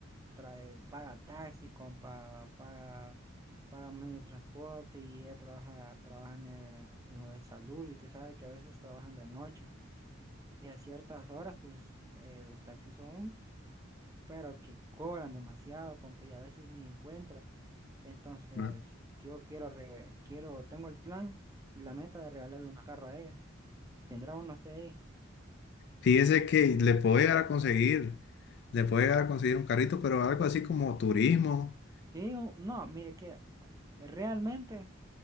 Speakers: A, on the right; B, on the left.
A: trae, paga taxi, compa, paga, paga medio de transporte y ella trabaja, trabaja en, eh, en lo de salud y usted sabe que a veces trabajan de noche y a ciertas horas pues eh, los taxis son, pero que cobran demasiado, compa, y a veces ni encuentra. Entonces
B: ¿no?
A: yo quiero, re- quiero, tengo el plan y la meta de regalarle un carro a ella. ¿Tendrá uno usted ahí?
B: Fíjese que le puedo llegar a conseguir, le puedo llegar a conseguir un carrito, pero algo así como turismo.
A: Sí, o- no, mire que realmente...